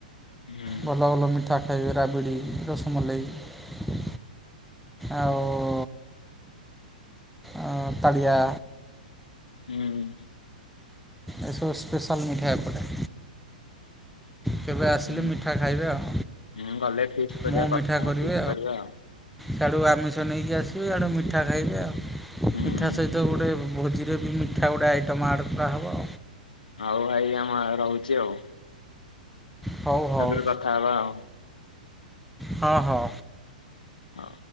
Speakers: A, on the left; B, in the centre.
A: ହୁଁ
B: ଭଲ ଭଲ ମିଠା ଖାଇବେ ରାବିଡ଼ି ରସମଲେଇ ଆଉ ଆ ପାଳିଆ
A: ହୁଁ।
B: ଏସବୁ ସ୍ପେଶାଲ ମିଠା ଏପଟେ। କେବେ ଆସିଲେ
A: ହଁ
B: ମିଠା ଖାଇବେ ଆଉ
A: ହଁ ଗଲେ ଫିକ୍ସ କରିବା
B: ମୁଁ
A: କଥା
B: ମିଠା କରିବେ
A: ଫିକ୍ସ କରିବା ଆଉ।
B: ସିଆଡ଼ୁ ଆମିଷ ନେଇକି ଆସିବେ ଇଆଡ଼ୁ ମିଠା ଖାଇବେ ଆଉ
A: ହୁଁ
B: ମିଠା ସହିତ ଗୋଟେ ଭୋଜି ଯେ ବି ମିଠା ଗୁଡ଼ାଏ ଆଇଟମ୍ ଆର୍ଡ଼ କରାହବ।
A: ହଉ ଭାଇ ଆମ ଏ ରହୁଛି ଆଉ।
B: ହଉ ହଉ
A: ଆପରେ କଥା ହବା ଆଉ।
B: ହଁ ହଁ।
A: ହଁ।